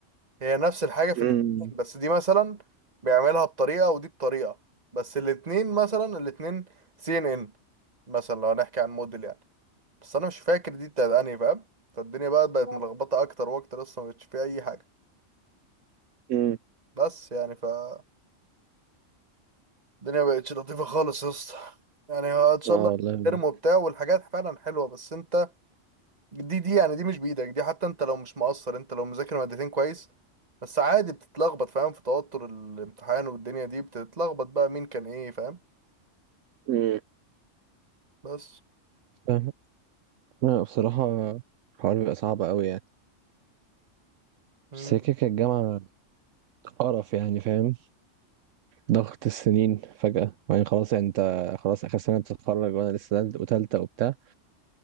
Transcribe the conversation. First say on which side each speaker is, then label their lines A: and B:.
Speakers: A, on the right; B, on the right.
A: هي نفس الحاجة في
B: مم.
A: الاتنين بس دي مثلا بيعملها بطريقة ودي بطريقة بس الاتنين مثلا الاتنين سي ان ان مثلا لو هنحكي عن موديل يعني بس انا مش فاكر دي بتاعت انهي فاهم فالدنيا بقى بقت ملخبطة اكتر واكتر اصلا مبقتش فيها اي حاجة
B: مم.
A: بس يعني فالدنيا مبقتش لطيفة خالص يا اسطى يعني ها- ان شاء
B: اه
A: الله
B: والله بجد
A: ارموا وبتاع والحاجات فعلا حلوة بس انت دي دي يعني دي مش بايدك دي حتى انت لو مش مقصر انت لو مذاكر مادتين كويس بس عادي بتتلخبط فاهم في توتر الامتحان والدنيا دي بتتلخبط بقى مين كان ايه فاهم
B: مم.
A: بس
B: فاهم لا بصراحه الحوار بيبقى صعب قوي يعني
A: مم.
B: بس هي كده كده الجامعه قرف يعني فاهم ضغط السنين فجاه وبعدين خلاص يعني انت خلاص اخر سنه بتتخرج وانا لسه تالت- وتالته وبتاع